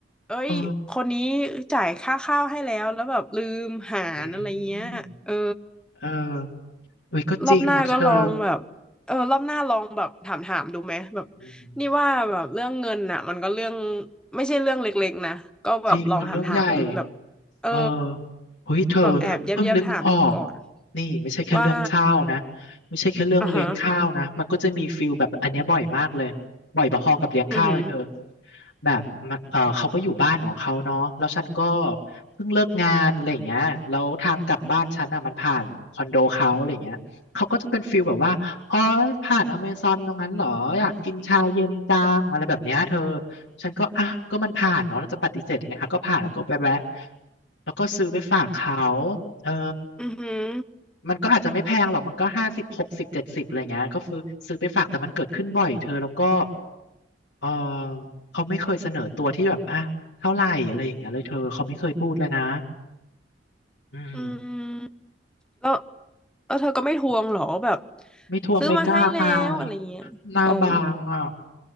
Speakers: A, in the centre; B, on the left (about 75°).
A: เอ้ยคนนี้
B: เออ
A: จ่ายค่าข้าวให้แล้วแล้วแบบลืมหารอะไรเงี้ยเออ
B: อืมเออเอ้ยก็จริงมันเธอ
A: รอบหน้าก็ลองแบบเออรอบหน้าลองแบบถามถามดูไหมแบบ
B: อืม
A: นี่ว่าแบบเรื่องเงินน่ะมันก็เรื่องไม่ใช่เรื่องเล็กๆนะก็แบบลองถามถามแบบ
B: จริงมันเรื่องใหญ่
A: เออ
B: เออเฮ้ยเธอ
A: แบบแอบแยบแยบถามดูก่อน
B: เพิ่งนึกออกนี่ไม่ใช่แค่เรื่องข้าวนะ
A: ว่า
B: ไม่ใช่แค่เรื่องเลี้ยงข้าวนะมันก็จะมีฟิลแบบอันเนี้ยบ่อยมากเลยบ่อยพอๆกับเลี้ยงข้าวเลยเธอ
A: อ่าฮะอือหือ
B: แบบมันเออเขาก็อยู่บ้านของเขาเนาะแล้วฉันก็เพิ่งเลิกงานอะไรอย่างเงี้ยแล้วทางกลับบ้านฉันอ่ะมันผ่านคอนโดเขาอะไรอย่างเงี้ยเขาก็จะเป็นฟิลแบบว่าอ๋อผ่านอเมซอนตรงนั้นเหรออยากกินชาเย็นจังอะไรแบบเนี้ยเธอ ฉันก็อ่ะก็มันผ่านเนาะเราจะปฏิเสธยังไงอ่ะก็ผ่านแล้วก็แวะแวะแล้วก็ซื้อไปฝากเขาเออ
A: อือหือ
B: มันก็อาจจะไม่แพงหรอกมันก็ห้าสิบหกสิบเจ็ดสิบอะไรเงี้ยก็ซื้อซื้อไปฝากแต่มันเกิดขึ้นบ่อยเธอแล้วก็เออเขาไม่เคยเสนอตัวที่แบบอ่ะเท่าไหร่อะไรอย่างเงี้ยเลยเธอเขาไม่เคยพูดเลยนะอืม
A: อืมแล้วแล้วเธอก็ไม่ทวงเหรอแบบ
B: ไม่ทวงไม่กล้าอาย
A: ซื้อมาให้แล้วอะไรเงี้ยอืม
B: หน้าบางอ่ะ